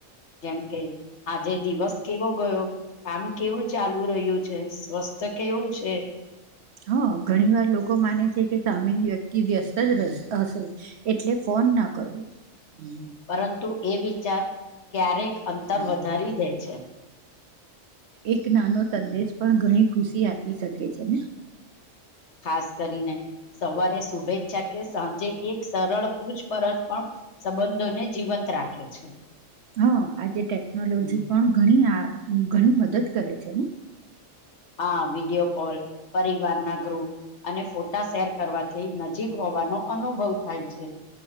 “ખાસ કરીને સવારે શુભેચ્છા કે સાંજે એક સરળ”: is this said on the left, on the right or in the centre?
Left